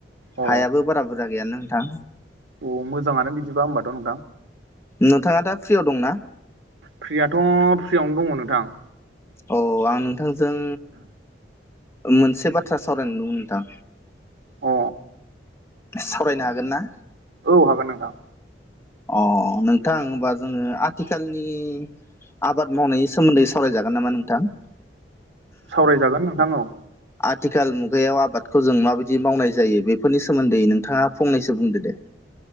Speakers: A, on the right; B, on the left.
A: अ
B: हायाबो बारा बुरजा गैयानो नोंथां।
A: अ मोजाङानो बिदिबा होमबाथ' नोंथां
B: नोंथाङा दा फ्रियाव दंना?
A: फ्रियाथ' फ्रियावनो दङ नोंथां।
B: औ आं नोंथांजों मोनसे बाथ्रा सावरायनो नंदोंमोन नोंथां?
A: अ
B: सावरायनो हागोन ना?
A: औ हागोन नोंथां।
B: अ नोंथां होनबा जोङो आथिखालनि आबाद मावनायनि सोमोन्दै सावरायजागोन नामा नोंथां?
A: सावरायजागोन नोंथां औ
B: आथिखाल मुगायाव आबादखौ जों माबायदि मावनाय जायो बेफोरनि सोमोन्दै नोंथाङा फंनैसो बुंदो दे